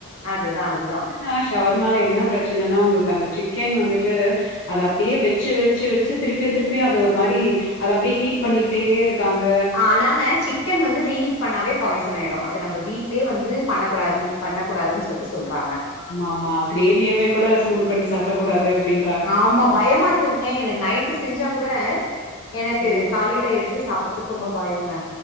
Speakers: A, on the left; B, on the left.
A: அதுதா அதுதா
B: க்கா ஷவர்மால என்ன பிரச்சனைன்னா உங்களுக்கு அந்த சிக்கன் வந்துட்டு அத அப்டியே வெச்சு வெச்சு வெச்சு திருப்பியு திருப்பியு அத ஒரு மாரி அத அப்படியே ஹீட் பண்ணிக்கிட்டே இருக் காங்க
A: ஆனாங்க சிக்கன் வந்து ரீ பண்ணாவே பாய்ஷன்னாயிடுமன அது நம்ம வீட்லயே வந்து பண்ணக்கூடாதுன் பண்ணக்கூடாதுன் சொல்ட்டு சொல்றாங்க
B: ஆமா ஆமா கிரேவியவே கூட சூடு பண்ணி சாப்ட கூடாது அப்டின்
A: ஆமா பயமாருக்குதுங்க எனக்கு நைட்டு செஞ்சா கூட எனக்கு
B: ம்.
A: காலையில எடுத் து சாப்பறதுக்கு ரொம்ப பயோங்க